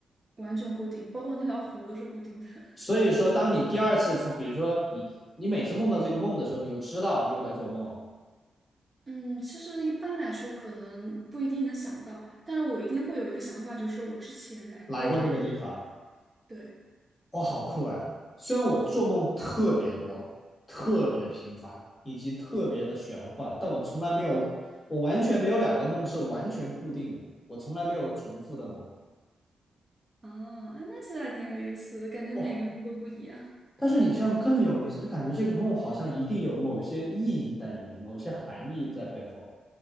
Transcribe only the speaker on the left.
所以说，当你第二次从，比如说你你每次梦到这个梦的时候，你就知道你又在做梦了，
来过这个地方，
哦，好酷哎！虽然我做梦特别多、特别频繁以及特别的玄幻，但我从来没有，我完全没有两个梦是完全固定的，我从来没有重复的梦。
哇，但是你这样更有意思，就感觉这个梦好像一定有某些意义在里面，某些含义在背后。